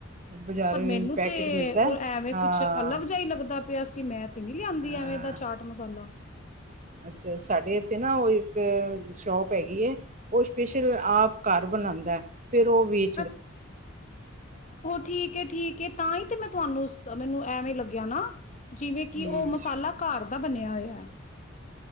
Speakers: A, on the right; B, on the left.
A: ਬਾਜ਼ਾਰੋਂ
B: ਪਰ ਮੈਨੂੰ
A: ਹੀ ਪੈਕਟ
B: ਤੇ
A: ਮਿਲਦਾ
B: ਉਹ ਐਵੇਂ
A: ਹਾਂ
B: ਕੁਛ ਅਲੱਗ ਜਿਹਾ, ਹੀ ਲੱਗਦਾ ਪਿਆ ਸੀ ਮੈਂ ਤੇ ਨਹੀਂੀ ਲਿਆਂਂਦੀ ਐਵੇਂ
A: ਹਾਂ
B: ਇਹਦਾ। ਚਾਟ ਮਸਾਲਾ।
A: ਅੱਛਾ ਸਾਡੇ ਇੱਥੇ ਨਾ ਉਹ ਇੱਕ ਸ਼ੋਪ ਹੈਗੀ ਹੈ। ਉਹ ਸਪੇਸ਼ਲ ਆਪ ਘਰ ਬਣਾਉਂਦਾ ਹੈ। ਫੇਿਰ ਉਹ ਵੀ
B: ਅੱ ਠੀਕ ਠੀਕ ਤਾਂ ਹੀ ਤੇ ਮੈਂ ਤੁਹਾਨੂੰ ਮੈਨੂੰ ਐਵੇਂ ਲੱਗਿਆ ਨਾ ਜਿਵੇਂ ਕਿ
A: ਹਮ
B: ਉਹ ਮਸਾਲਾ ਘਰ ਦਾ ਬਣਿਆ ਹੋਇਆ।